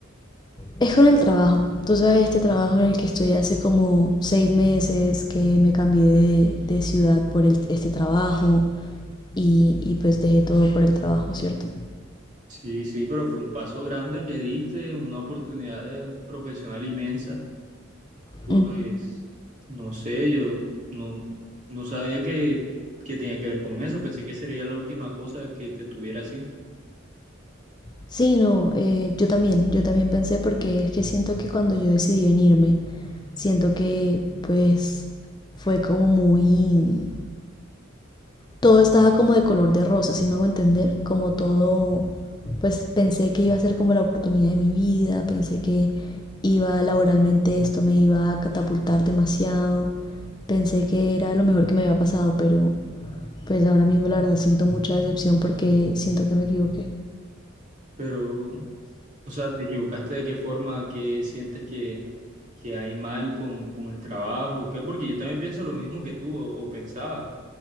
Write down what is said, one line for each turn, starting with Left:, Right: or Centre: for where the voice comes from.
Left: Es con el trabajo. Tú sabes, este trabajo en el que estoy hace como seis meses, que me cambié de, de ciudad por el- este trabajo y, y pues dejé todo por el trabajo, ¿cierto?
Right: Sí, sí, pero fue un paso grande que diste, una oportunidad eh, profesional inmensa Pues
Left: Ujú.
Right: no sé, yo no, no sabía que, que tenía que ver con eso, pensé que sería la última cosa que te tuviera así,
Left: Sí, no, eh, yo también, yo también pensé porque es que siento que cuando yo decidí venirme, siento que pues fue como muy todo estaba como de color de rosa, si me hago entender, como todo, pues pensé que iba a ser como la oportunidad de mi vida, pensé que iba laboralmente esto me iba a catapultar demasiado, pensé que era lo mejor que me había pasado, pero pues ahora mismo la verdad siento mucha decepción porque siento que me equivoqué.
Right: pero, o sea, ¿te equivocaste de qué forma, qué sientes que, que hay mal con, con el trabajo? ¿Qué? Porque yo también pienso lo mismo que tú, o, o pensaba,